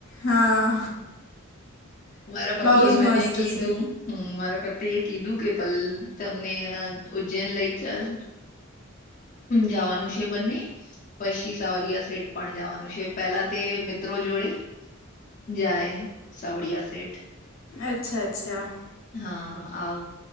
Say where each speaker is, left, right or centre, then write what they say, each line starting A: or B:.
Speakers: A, on the left (about 70°); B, on the left (about 40°).
A: હા
B: મારા પતિ
A: બહુ
B: એ
A: જ
B: મને
A: મસ્ત
B: કીધું
A: છે
B: હમ મારા પતિ એ કીધું કે પલ તમને એના ઉજ્જૈન લઈ ચાલ જવાનું છે બંને પછી સાવરિયા સેઠ પણ જવાનું છે પેલા તે મિત્રો જોડે જાય સાવડિયા સેઠ.
A: અચ્છા અચ્છા.
B: હા આવ